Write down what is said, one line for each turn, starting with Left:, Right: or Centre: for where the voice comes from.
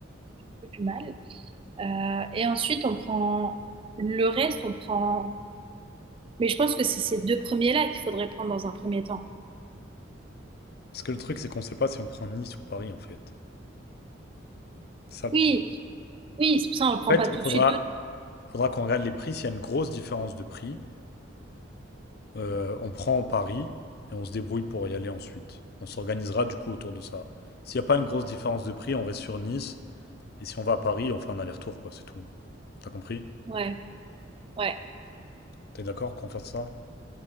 Right: un peu plus mal, Euh, et ensuite on prend le reste, on prend, mais je pense que c'est ces deux premiers là qu'il faudrait prendre dans un premier temps.
Left: Parce que le truc, c'est qu'on sait pas si on prend Nice ou Paris, en fait. C'est ça le
Right: Oui,
Left: problème.
Right: oui, c'est pour ça on le prend
Left: En fait,
Right: pas tout
Left: il faudra,
Right: de suite, tout.
Left: faudra qu'on regarde les prix. S'il y a une grosse différence de prix, euh, on prend Paris et on se débrouille pour y aller ensuite. On s'organisera, du coup, autour de ça. S'il n'y a pas une grosse différence de prix, on reste sur Nice. Et si on va à Paris, on fait un aller-retour, quoi, c'est tout. T'as compris?
Right: Ouais. Ouais,
Left: T'es d'accord qu'on fasse ça?